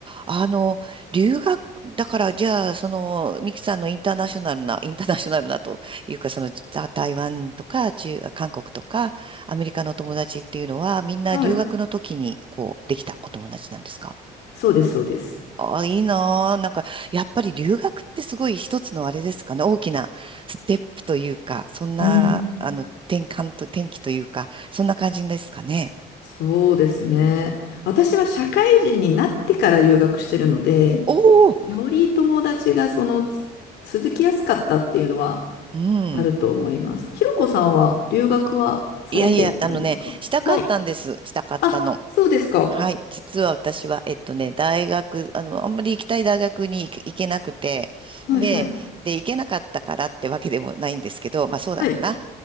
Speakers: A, on the right; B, on the left.
A: あの、留学、だから、じゃあ、その、ミキさんのインターナショナルな、インターナショナルなというか、その、た台湾とか、中、韓国とか、アメリカのお友達っていうのは、みんな留学の時に、
B: はい。
A: こう、できたお友達なんですか
B: そうです、そうです。
A: ああ、いいなー。なんか、やっぱり留学ってすごい一つのあれですかね、大きなステップというか、そんな、
B: うん。
A: あの、転換と、転機というか、そんな感じですかね。
B: そうですね。私は社会人になってから留学してるので、
A: おお、
B: より友達がそのつ続きやすかったっていうのは
A: うん。
B: あると思います。ひろこさんは留学はされてないんですかはい。
A: いやいや、あのね、したかったんです。したかったの。
B: あ、そうですか。
A: はい。実は私は、えっとね、大学、あの、あんまり行きたい大学に行け行けなくて、
B: はいはい。
A: で、で、行けなかったからってわけでもないんですけど、まあそうだろうな。
B: はい。